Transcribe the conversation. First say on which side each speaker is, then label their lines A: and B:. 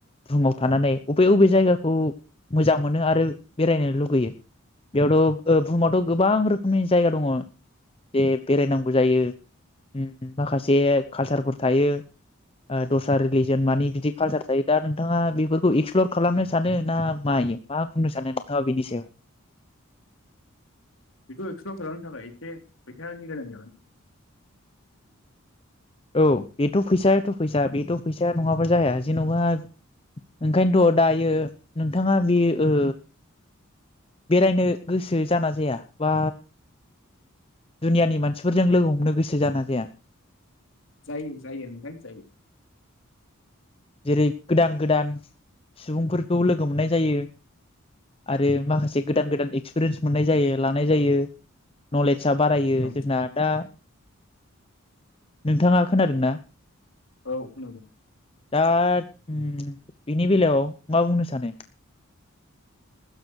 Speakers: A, on the left; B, on the left.
A: बुहुमाव थानानै अबे बबे जायगाखौ मोजां मोनो आरो बेरायनो लुगैयो बेयावथ बुहुमावथ गोबां रोखोमनि जायगा दङ जे बेरायनांगौ जायो उम माखासे काल्चारफोर थायो ओ दस्रा रिलिजन मानि बिदि काल्चार थायो दा नोंथाङा बिफोरखौ एक्सप्लर खालामनो सानो ना मायो मा बुंनो सानो नोंथाङा बिनि सायाव?
B: बेखौ एक्सप्लर खालामनो थाखाय एसे फैसानि गोनां जागोन।
A: औ बेथ फैसायाथ' फैसा बेथ फैसाया नङाबा जाया जेनबा ओंखायनथ दायो नोंथाङा बे ओ बेरायनो गोसो जाना जाया बा दुनियानि मानसिफोरजों लोगो हमनो गोसो जाना जाया?
B: जायो जायो नोंथां जायो।
A: जेरै गोदान गोदान सुबुंफोरखौ लोगो मोननाय जायो आरो माखासे गोदान गोदान एक्सपिरियेन्स मोननाय जायो लानाय जायो न'ले सा बारायो
B: औ
A: जोंना दा नोंथाङा खोनादों ना?
B: औ खोनादों
A: दा उम बिनि बेलायाव मा बुंनो सानो?